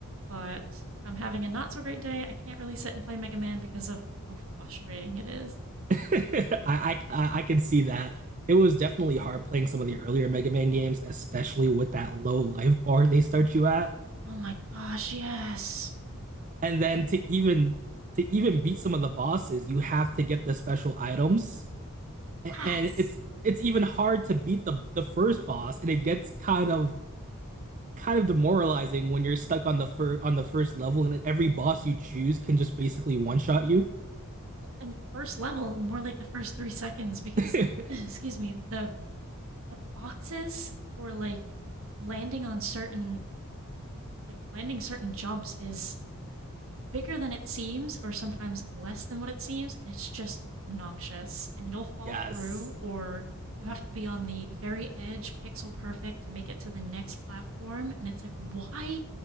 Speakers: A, on the right; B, on the right.
A: But if I'm having a not so great day, I can't really sit and play Mega Man because of how frustrating it is.
B: <laughs> I, I I can see that. It was definitely hard playing some of the earlier Mega Man games, especially with that low life bar they start you at.
A: Oh my gosh, yes.
B: And then
A: And
B: to even to even beat some of the bosses, you have to get the special items. A-
A: yes.
B: And it's it's even hard to beat the the first boss, and it gets kind of kind of demoralizing when you're stuck on the fir on the first level and every boss you choose can just basically one-shot you.
A: And first level, more like the first three seconds because,
B: <laughs>
A: <clears throat> excuse me, the the boxes for like landing on certain like landing certain jumps is bigger than it seems or sometimes less than what it seems and it's just obnoxious and you'll fall
B: Yes.
A: through or you have to be on the very edge pixel perfect to make it to the next platform and it's like why